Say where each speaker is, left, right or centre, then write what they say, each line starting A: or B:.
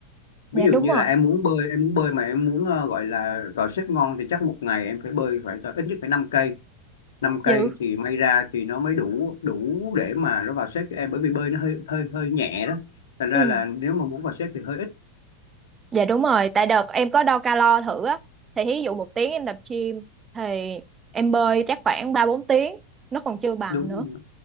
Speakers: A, on the left (about 60°); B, on the right (about 20°).
A: ví
B: dạ
A: dụ
B: đúng
A: như
B: rồi
A: là em muốn bơi em muốn bơi mà em muốn ờ, gọi là vào xếp ngon thì chắc một ngày em phải bơi phải ít nhất phải 5 cây năm cây
B: dữ
A: thì may ra thì nó mới đủ đủ để mà nó vào xếp cho em bởi vì bơi nó hơi hơi hơi nhẹ đó thành ra
B: ừ
A: là nếu mà muốn vào xếp thì hơi ít
B: dạ đúng rồi tại đợt em có đo calo thử á thì ví dụ một tiếng em tập gym thì em bơi chắc khoảng ba bốn tiếng nó còn chưa bằng
A: đúng
B: nữa